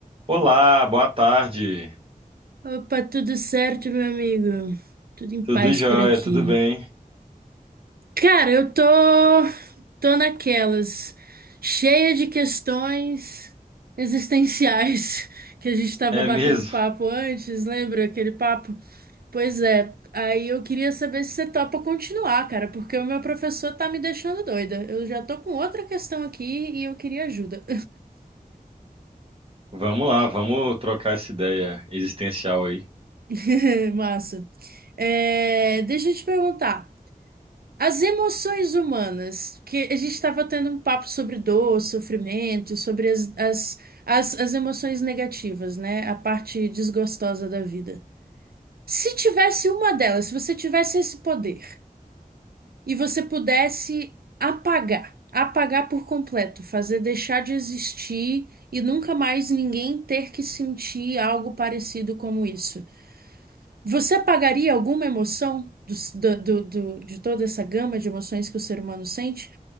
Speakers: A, on the right; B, on the right.
A: Olá, boa tarde.
B: Opa, tudo certo, meu amigo? Tudo em paz
A: Tudo jóia,
B: por aqui.
A: tudo bem?
B: Cara, eu tô, tô naquelas, cheia de questões existenciais <laughs> que a gente tava
A: É
B: batendo
A: mesmo?
B: papo antes, lembra aquele papo? Pois é, aí eu queria saber se você topa continuar, cara, porque o meu professor tá me deixando doida. Eu já tô com outra questão aqui e eu queria ajuda.
A: Vamos lá, vamos trocar essa ideia existencial aí.
B: <laughs> Massa. É, deixa eu te perguntar. As emoções humanas, que a gente estava tendo um papo sobre dor, sofrimento, sobre as, as, as, as emoções negativas, né? A parte desgostosa da vida. Se tivesse uma delas, se você tivesse esse poder e você pudesse apagar, apagar por completo, fazer deixar de existir e nunca mais ninguém ter que sentir algo parecido como isso, você apagaria alguma emoção do, do, do, do- de toda essa gama de emoções que o ser humano sente?